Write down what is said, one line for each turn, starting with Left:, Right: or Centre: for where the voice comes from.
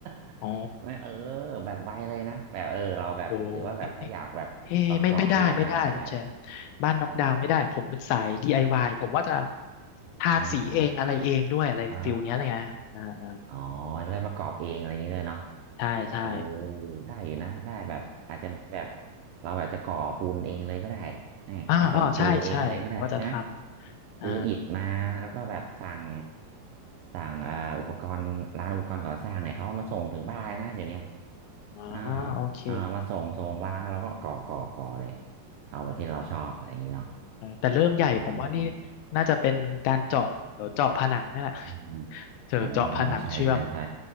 Right: <laughs>
Left: อ๋อ
Right: ไม่เออแบบไวเลยนะแบบเออเราแบบหรือว่าแบบถ้าอยากแบบประกอบเองก็อาจจะแบบ
Left: โอ้ไม่ไม่เฮ้ไม่ไม่ได้ไม่ได้คุณแชมป์บ้านน็อกดาวน์ไม่ได้ผมเป็นสาย
Right: อ่า
Left: DIY ผมว่าจะทาสีเองอะไรเองด้วยอะไรฟิลเนี้ยเลยไรเงยอ่าอ่า
Right: อ่าอ๋อเออ อ๋อไม่ได้ประกอบเองอะไรอย่างนี้เลยเนาะ
Left: ใช่ใช่
Right: เออได้อยู่นะได้แบบอาจจะแบบเราแบบจะก่อปูนเองเลยก็ได้นี่ผสมปูนเองเลยก็ได้นะ
Left: อ่าอ๋อใช่ใช่ว่าจะทำอ่า
Right: ซื้ออิฐมาแล้วก็แบบสั่งสั่งเอ่ออุปกรณ์ร้านอุปกรณ์ก่อสร้างเนี่ยเขาเอามาส่งถึงบ้านเลยนะเดี๋ยวเนี้ย
Left: อืมอ๋อ
Right: อ่า
Left: โอเค
Right: อ่ามาส่งส่งวางแล้วเราก็ก่อก่อก่อเลยเอาแบบที่เราชอบอะไรอย่างนี้เนาะ
Left: เออแต่เรื่องใหญ่ผมว่านี่
Right: อ่าอืม
Left: น่าจะเป็นการเจาะเดี๋ยวเจาะผนังนั่นแหละ
Right: อืมอืม
Left: เจอเจาะผนังเชื่อม
Right: อ๋อใช่ใช่ใช่